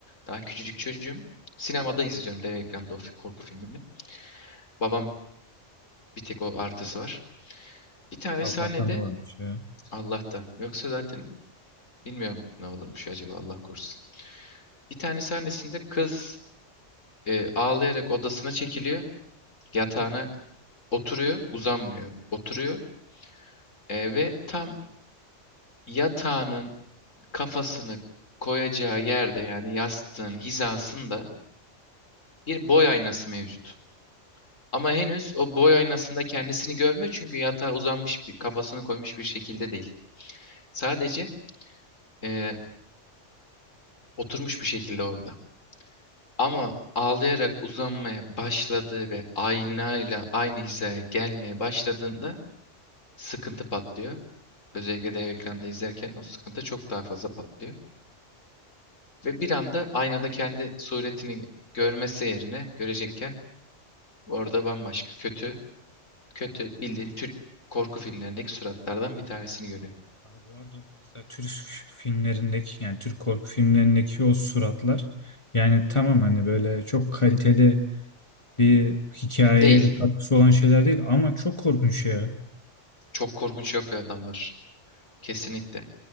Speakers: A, on the left; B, on the left.
A: daha küçücük çocuğum. Sinemada izliyorum dev ekranda o fi- korku filmini. Babam bir tek o artısı var. Bir tane
B: Allah'tan
A: sahnede
B: olan bir şey.
A: Allah'tan. Yoksa zaten bilmiyorum ne olurmuş acaba Allah korusun. Bir tane sahnesinde kız e, ağlayarak odasına çekiliyor. Yatağına oturuyor, uzanmıyor. Oturuyor E, ve tam yatağının kafasını koyacağı yerde yani yastığın hizasında bir boy aynası mevcut. Ama henüz o boy aynasında kendisini görmüyor çünkü yatağa uzanmış bir kafasını koymuş bir şekilde değil. Sadece e, oturmuş bir şekilde orada. Ama ağlayarak uzanmaya başladığı ve aynayla aynı hizaya gelmeye başladığında sıkıntı patlıyor. Özellikle dev ekranda izlerken o sıkıntı çok daha fazla patlıyor. Ve bir anda aynada kendi suretini görmesi yerine görecekken orada bambaşka kötü, kötü bildiğin Türk korku filmlerindeki suratlardan bir tanesini görüyor.
B: Abi bu arada o mesela Türk filmlerindeki yani Türk korku filmlerindeki o suratlar yani tamam hani böyle çok kaliteli bir hikayeye
A: Değil.
B: bir katkısı olan şeyler değil ama çok korkunç ya.
A: Çok korkunç yapıyor adamlar. Kesinlikle.